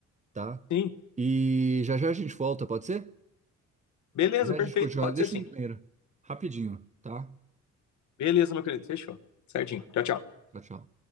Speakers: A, on the right; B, on the left.
A: tá?
B: sim.
A: E já já a gente volta, pode ser?
B: Beleza,
A: Já já a
B: perfeito,
A: gente continua.
B: pode
A: Deixa
B: ser sim.
A: no banheiro. Rapidinho, tá?
B: Beleza, meu querido, fechou. Certinho. Tchau, tchau.
A: Tchau, tchau.